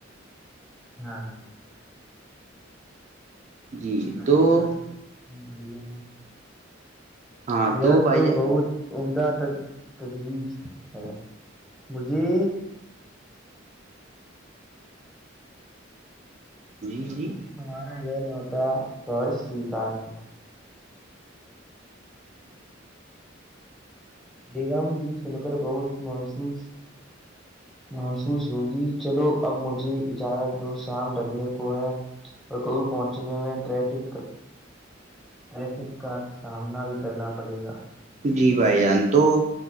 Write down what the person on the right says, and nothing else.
جی
تو
ہاں
بھائی
جان
جی جی
جی بھائی جان تو